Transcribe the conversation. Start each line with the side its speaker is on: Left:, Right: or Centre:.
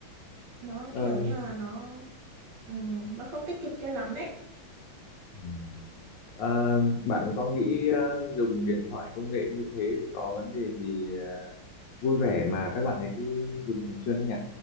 Right: nó
Left: Ờm,
Right: kiểu như là nó ừm, nó không tích cực cho lắm đấy
Left: ừ. ờ, bạn có nghĩ ờ, dùng điện thoại công nghệ như thế thì có vấn đề gì ờ, vui vẻ mà các bạn ấy cứ dùng thường xuyên thế nhỉ?